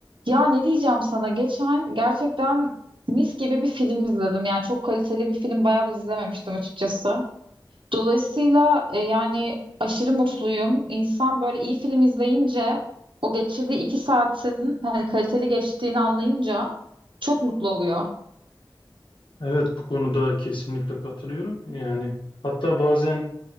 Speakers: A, on the right; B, on the left.
A: Ya ne diyeceğim sana? Geçen gerçekten mis gibi bir film izledim. Yani çok kaliteli bir film bayağıdır izlememiştim açıkçası. Dolayısıyla e, yani aşırı mutluyum. İnsan böyle iyi film izleyince o geçirdiği iki saatin hani kaliteli geçtiğini anlayınca çok mutlu oluyor.
B: Evet bu konuda kesinlikle katılıyorum. Yani hatta bazen